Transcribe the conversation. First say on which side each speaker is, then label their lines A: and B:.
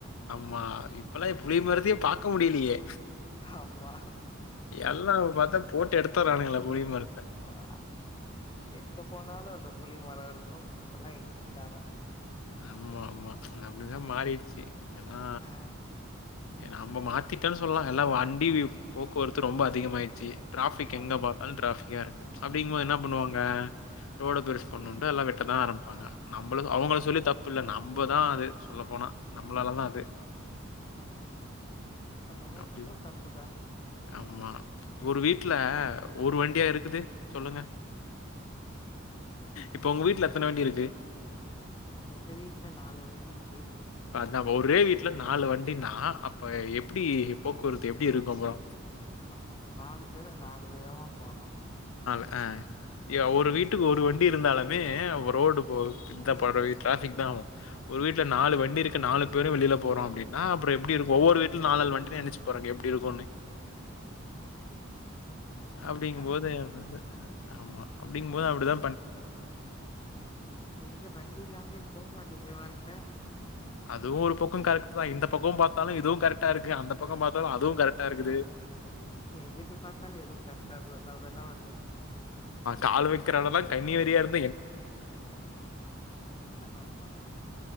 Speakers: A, on the left (about 70°); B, on the left (about 25°).
A: மா இப்பெல்லா புளிய மரத்தயே பாக்க முடியலையே
B: ஆமா
A: எல்லாரு பாத்தா போட்டு எடுத்தறானுங்கல்ல புளிய மர
B: ஆ என் ங்க போனாலு அந்த புளிய மரோ இருக்கு இப்பெல்லா எங்கயு காணொ
A: ஆமா ஆமா ப்ச் அப்டிதா மாறிடுச்சு ஏனா
B: ஆ
A: நம்ம மாத்திட்டோனு சொல்லா எல்லா வன் டிவி போக்குவரத்து ரொம்ப அதிகமாயிருச்சி டிராபிக்
B: ஆமா
A: எங்க பாத்தாலு டிராஃபிக்கா இருக்கு அப்படிங்கபோ என்ன
B: ஆ
A: பண்ணுவாங்க ரோட பெருசு பண்ணுண்டு எல்லா வெட்டதா ஆரம்பிப்பாங்க நம்மள அவங்கள
B: ம்
A: சொல்லி தப்பு இல்ல நம்பதா அது சொல்ல போனா நம்மளாலதா அது
B: அ நம்ம
A: அப்படி
B: பண்றோ தப்புதா
A: ஆமா ஒரு வீட்ல ஒரு வண்டியா இருக்குது சொல்லுங்க இப்ப உங்க வீட்ல எத்தன வண்டி இருக்கு
B: எங்க வீட்ல நாலு வண்டி இருக்கு
A: நம்ம ஒரே வீட்ல நாலு வண்டினா அப்ப எப்டி போக்குவரத்து எப்டி இருக்கு அப்றோ
B: ஆமா நாலு பேரு நாலு விதமா போறோ
A: ஆ ய ஒரு வீட்டுக்கு ஒரு வண்டி இருந்தாலுமே ரோடு போ இதா போடு இது ட்ராபிக் தா ஆவூ ஒரு வீட்ல நாலு வண்டி இருக்கு நாலு பேரும் வெளில போறோ அப்டின் னா அப்றோ எப்டி இருக்கு ஒவ்வொரு வீட்ல நாலேலு வண்டி நெனைச்சு பாருங்க எப்டி இருக்கோனு
B: ஆமா ரொம்ப
A: அப்படிங்கபோது
B: கடுமையா
A: என்
B: இருக்கு
A: ஆமா அப்படிங்கும்போது அப்படிதா
B: எங்க வண்டி இல்லாமயே போ மாட்டேங்குதே வாழ்க
A: அதுவும் ஒரு பக்கோ கரெக்ட்தா இந்த பக்கம் பாத்தாலூ இதுவும் கரெக்டா இருக்கு அந்த பக்கம் பாத் அதுவும் கரெக்டா இருக்குது
B: எங்கட்டு பாத்தாலு எது <unintelligible> நாம என்னா பண்றது
A: கால் வைக்கிற எடெல்லா கண்ணி வெடியா இருக்
B: ஆமா